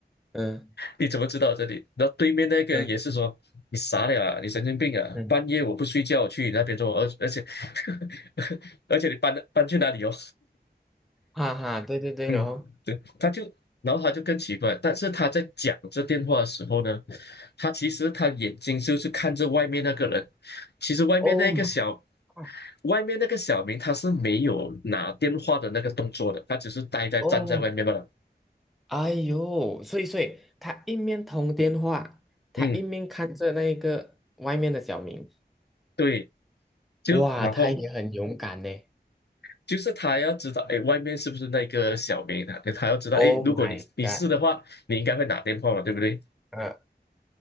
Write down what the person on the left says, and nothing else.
你怎么知道这里？然后对面那个人也是说你傻了啊，
你神经病啊！
半夜我不睡觉我去你那边做，而而且 <laughs> 而且你搬搬去哪里哦？
嗯，
对，他就然后他就更奇怪，但是他在讲这电话的时候呢，他其实他眼睛就是看着外面那个人，其实外面那个小
外面那个小明他是没有拿电话的那个动作的，他只是呆在站在外面罢了。
嗯，对，就然后。
就是他要知道，哎，外面是不是那个小明啊？他要知道，
哎，如果你你是的话，
你应该会打电话嘛，对不对？